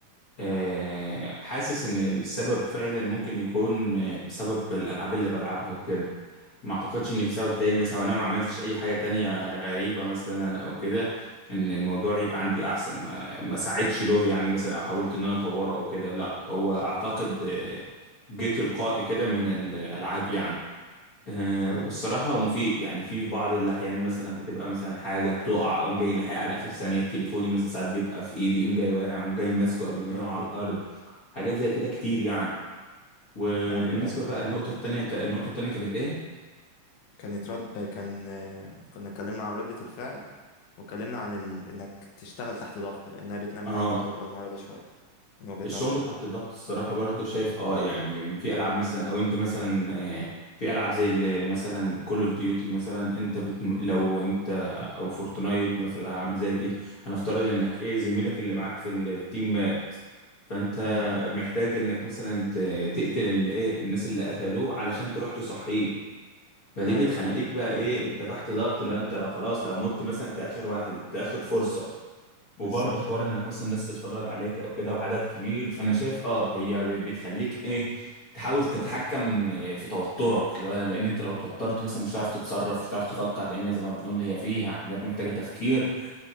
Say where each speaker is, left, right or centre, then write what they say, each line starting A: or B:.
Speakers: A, on the left (about 55°); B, on the left (about 75°).
A: آه، حاسس ان السبب فعلا ممكن يكون آه، بسبب الالعاب اللي بلعبها وكده ما اعتقدش
B: مم،
A: ان في سبب تاني مثلا وانا ما عملتش اي حاجة تانية غريبة مثلا او كده ان الموضوع يبقى عندي احسن ما ما ساعدش له يعني مثلا او حاولت ان انا اطوره او كده لا هو اعتقد آه، جه تلقائي كده من الالعاب يعني آه،
B: مم،
A: والصراحة هو مفيد يعني في في بعض الأحيان مثلا بتبقى مثلا حاجة بتقع أقوم جاي لاحقها على آخر ثانية تليفوني مثلا ساعات بيبقى في إيدي أقوم جاي واقع أقوم جاي ماسكه قبل ما
B: مم،
A: يقع
B: مم.
A: على الأرض حاجات زي كده كتير يعني وبالنسبة
B: ايوه ايوه
A: بقى النقطة التانية النقطة التانية كانت إيه؟
B: كانت رد آه، كان آه، كنا اتكلمنا عن ردة الفعل واتكلمنا عن ال... انك تشتغل تحت ضغط لانها بتنمي
A: آه
B: عندك برضو المهارة دي شوية من وجهة
A: الشغل
B: نظري يعني
A: تحت الضغط الصراحة برضو شايف اه يعني في ألعاب مثلا أو أنت مثلا آه، في ألعاب زي اللي مثلا كول اوف ديوتي مثلا أنت بت... لو
B: مم.
A: أنت أو فورتنايت مثلا ألعاب زي دي هنفترض إنك إيه زميلك اللي معاك في التيم مات فأنت
B: مم.
A: محتاج إنك مثلا ت... تقتل اللي إيه الناس اللي قتلوه علشان تروح تصحيه فدي
B: ايوه
A: بتخليك
B: ايوه
A: بقى إيه أنت تحت ضغط لو أنت لو خلاص لو مت مثلا أنت آخر واحد أنت آخر فرصة وبرضه
B: بالظبط
A: حوار انك مثلا الناس تتفرج عليك او كده وعدد كبير فانا شايف اه هي ب- بتخليك ايه تحاول تتحكم إيه في توترك لا- لان انت لو توترت مثلا مش هتعرف تتصرف مش هتعرف تفكر لان زي ما بنقول هي فيها حاجات محتاجة تفكير